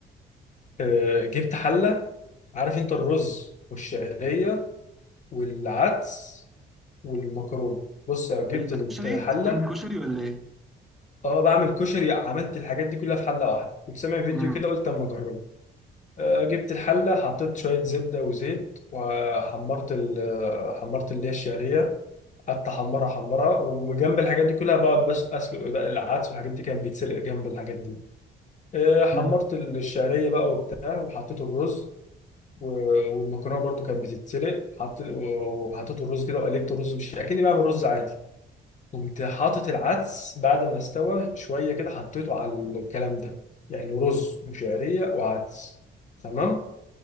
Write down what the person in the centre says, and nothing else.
ايه ده كشري
انت بتعمل كشري ولا ايه
مم.
مم.